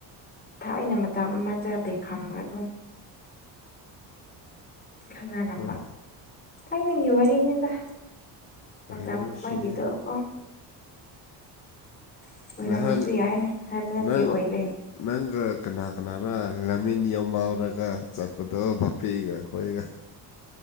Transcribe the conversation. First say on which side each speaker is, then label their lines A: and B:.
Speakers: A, on the left; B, on the left.
A: ꯊꯥꯏꯅ ꯃꯇꯝ ꯑꯃꯗ ꯕꯦꯛꯈꯝꯒ ꯑꯗꯨꯝ ꯈꯪꯅꯔꯝꯕ
B: ꯍꯣꯏ
A: ꯊꯥꯏꯅꯒꯤ ꯋꯥꯔꯤꯅꯤꯗ ꯃꯇꯝ
B: ꯑꯣꯏꯔꯝꯕꯁꯨ
A: ꯑꯃ
B: ꯌꯥꯏ
A: ꯒꯤꯗꯨ ꯀꯣ ꯑꯣꯏꯔꯝꯕꯁꯨ
B: ꯉꯍꯥꯟ
A: ꯌꯥꯏ ꯍꯥꯏꯕ ꯅꯠꯇꯦ
B: ꯅꯪ
A: ꯑꯣꯏꯔꯦ
B: ꯅꯪ ꯀꯅꯥ ꯀꯅꯥꯅ ꯂꯃꯤꯟ ꯌꯧꯃꯥꯎꯔꯒ ꯆꯠꯄꯗꯣ ꯚꯞꯄꯤꯒ ꯍꯣꯏꯒ